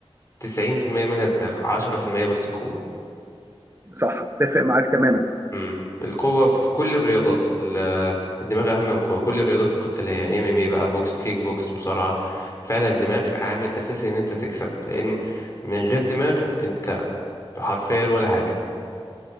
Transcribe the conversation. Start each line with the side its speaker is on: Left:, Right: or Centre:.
Left: 90% منها دماغ 10% بس قوة
Right: صح اتفق معاك تماما
Left: امم القوة في كل الرياضات ال- الدماغ أهم من القوة كل الرياضات القتالية يعني ام ام اي بقى بوكس كيك بوكس مصارعة فعلا الدماغ عامل أساسي إن أنت تكسب لأن من غير دماغ أنت حرفيا ولا حاجة